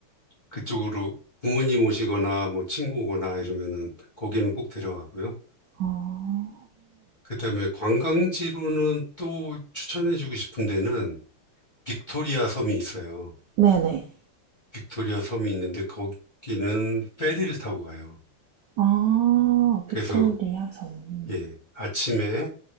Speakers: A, on the left; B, on the right.
A: 그쪽으로 부모님 오시거나 뭐 친구 오거나 이러면은 거기는 꼭 데려가고요.
B: 어,
A: 그다음에 관광지로는 또 추천해주고 싶은 데는 빅토리아 섬이 있어요.
B: 네네.
A: 빅토리아 섬이 있는데 거기는 페리를 타고 가요.
B: 아, 빅토리아
A: 그래서
B: 섬.
A: 예, 아침에